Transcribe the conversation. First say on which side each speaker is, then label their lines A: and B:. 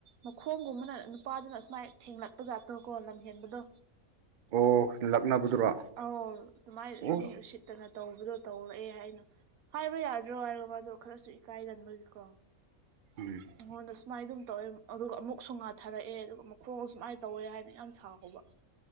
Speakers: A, on the right (about 80°); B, on the right (about 50°).
A: ꯃꯈꯣꯡꯒꯨꯝꯕꯅ ꯅꯨꯄꯥꯗꯨꯅ ꯁꯨꯃꯥꯏꯅ ꯊꯦꯡꯂꯛꯄꯖꯥꯠꯇꯣꯀꯣ ꯂꯝꯍꯦꯟꯕꯗꯣ
B: ꯑꯣ ꯂꯛꯅꯕꯗꯨꯔꯣ
A: ꯑꯧ ꯇꯨꯃꯥꯏ
B: ꯑꯣ
A: ꯁꯤꯠꯇꯅ ꯇꯧꯕꯗꯣ ꯇꯧꯔꯛꯑꯦ ꯍꯥꯏꯅ ꯍꯥꯏꯕ ꯌꯥꯗ꯭ꯔꯣ ꯍꯥꯏꯔꯣ ꯃꯥꯗꯣ ꯈꯔꯁꯨ ꯏꯀꯥꯏꯒꯟꯕꯒꯤꯀꯣ
B: <unintelligible>
A: ꯑꯩꯉꯣꯟꯗ ꯁꯨꯃꯥꯏꯅ ꯑꯗꯨꯝ ꯇꯧꯋꯦ ꯑꯗꯨꯒ ꯑꯃꯨꯛꯁꯨ ꯉꯥꯊꯔꯛꯑꯦ ꯑꯗꯨꯒ ꯃꯈꯣꯡ ꯁꯨꯃꯥꯏꯅ ꯇꯧꯋꯦ ꯍꯥꯏꯅ ꯌꯥꯝ ꯁꯥꯎꯍꯧꯕ